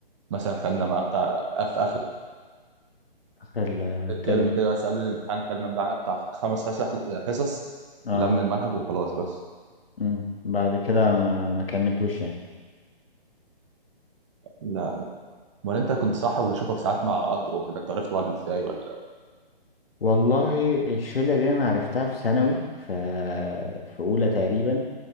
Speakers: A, on the right (about 30°); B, on the left (about 75°).
A: مثلا خدنا معاه بتاع في اخر
B: اخر الترم
A: الترم كده بس قبل الامتحان خدنا بتاع بتاع خمس حصص حصص
B: اه
A: لم المنهج وخلاص بس
B: امم بعد كده ما ما كملتوش يعني
A: لا امال انت كنت صاحب وبشوفك ساعات مع اندرو كده انت عرفت بعض ازاي ولا
B: والله الشله دي انا عرفتها في ثانوي ف في اولى تقريبا